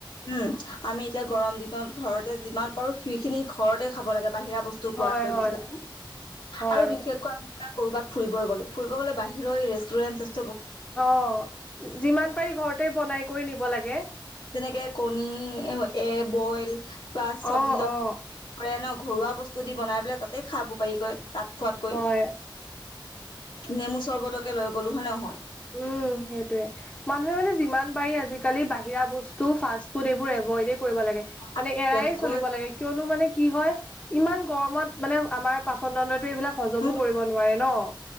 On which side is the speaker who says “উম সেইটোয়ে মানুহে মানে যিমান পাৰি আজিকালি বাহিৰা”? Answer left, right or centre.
Left